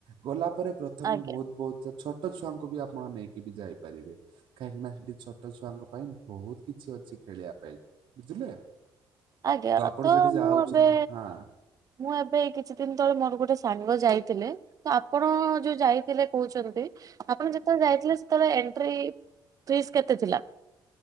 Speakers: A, on the right (about 65°); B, on the right (about 40°).
A: ଗଲା ପରେ ପ୍ର ପ୍ରଥମେ
B: ଆଜ୍ଞା
A: ବହୁତ୍ ବହୁତ୍ ସେ ଛୋଟ ଛୁଆଙ୍କୁ ବି ଆପଣ ନେଇକି ବି ଯାଇପାରିବେ। କାହିଁକି ନାଁ ସେଠି ଛୋଟ ଛୁଆଙ୍କ ପାଇଁ ବହୁତ କିଛି ଅଛି ଖେଳିବା ପାଇଁ, ବୁଝିଲେ?
B: ଆଜ୍ଞା।
A: ଆପଣ
B: ତ
A: ସେଠି
B: ମୁଁ
A: ଯାଉଛନ୍ତି
B: ଏବେ
A: ହଁ
B: ମୁଁ ଏବେ କିଛି ଦିନି ତଳେ ମୋର ଗୋଟେ ସାଙ୍ଗ ଯାଇଥିଲେ। ତ ଆପଣ ଯୋଉ ଯାଇ ଥିଲେ କହୁଚନ୍ତି। ଆପଣ ଯେତବଳେ ଯାଇଥିଲେ ସେତବଳେ ଏଣ୍ଟ୍ରି ଫିସ୍ କେତେ ଥିଲା?